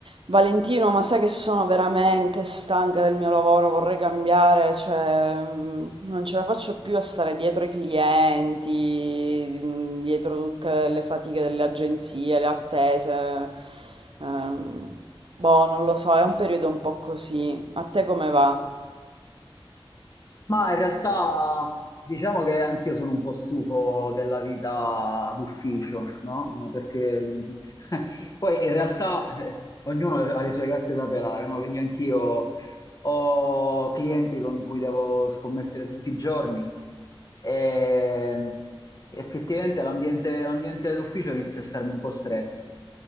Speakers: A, on the right; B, on the left.
A: Valentino, ma sai che sono veramente stanca del mio lavoro, vorrei cambiare, cioè mm, non ce la faccio più a stare dietro i clienti, mm, dietro tutte le fatiche delle agenzie, le attese. Ehm, boh, non lo so, è un periodo un po' così. A te come va?
B: Ma in realtà diciamo che anch'io sono un po' stufo della vita d'ufficio, no? Eh, Perché mh, <laughs> poi in realtà eh, ognuno ha le sue gatte da pelare, no? Quindi anch'io ho clienti con cui devo scommettere tutti i giorni e effettivamente l'ambiente l'ambiente d'ufficio inizia a starmi un po' stretto.